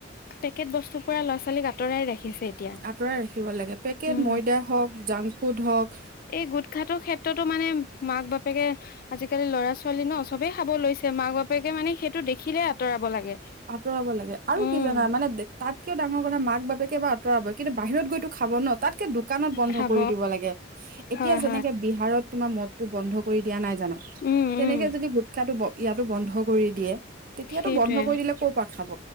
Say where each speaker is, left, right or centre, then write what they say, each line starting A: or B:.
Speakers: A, on the left (about 50°); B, on the right (about 45°).
A: পেকেট বস্তু পোৰা ল'ৰা ছোৱালীক আঁতৰাই ৰাখিছে। এতিয়া
B: আঁতৰাই ৰাখিব লাগে, পেকেট
A: উম
B: ময়দা হওঁক, জাংক ফুড হওঁক,
A: এই গোট খাটোৰ ক্ষেত্ৰতো মানে মাক বাপেকে আজিকালি লৰা ছোৱালী ন সবেই খাব লৈছে। মাক বাপেকে মানে সেইটো দেখিলে আঁতৰাব লাগে।
B: আঁতৰাব লাগে। আৰু
A: উম
B: কি জানা মানে তাতকেও ডাঙৰ কথা মাক বাপেকে বা আঁতৰাব কিন্তু বাহিৰত গৈতো খাব খাব ন, তাতকে দোকানত বন্ধ
A: খাব
B: কৰি দিব লাগে। এতিয়া
A: হয়
B: যেনেকে
A: হয়
B: বিহাৰত তোমাৰ টো বন্ধ কৰি দিয়া নাই জানো,
A: উম
B: তেনেকে
A: উম
B: যদি গুটকাটো ইয়াতো বন্ধ কৰি দিয়ে তেতিয়াতো
A: সেইটোৱে
B: বন্ধ কৰি দিলে ক'ৰ পৰা খাব